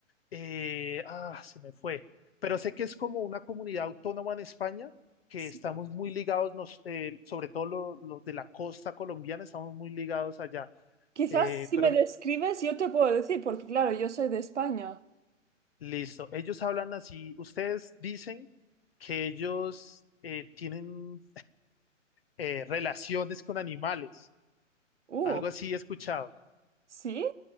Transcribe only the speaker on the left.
eh, ah, se me fue. Pero sé que es como una comunidad autónoma en España, que
estamos muy ligados, nos, eh, sobre todo lo- los de la costa colombiana, estamos muy ligados allá.
Eh,
pero
listo, ellos hablan así, ustedes dicen que ellos eh, tienen eh, relaciones con animales,
algo así he escuchado.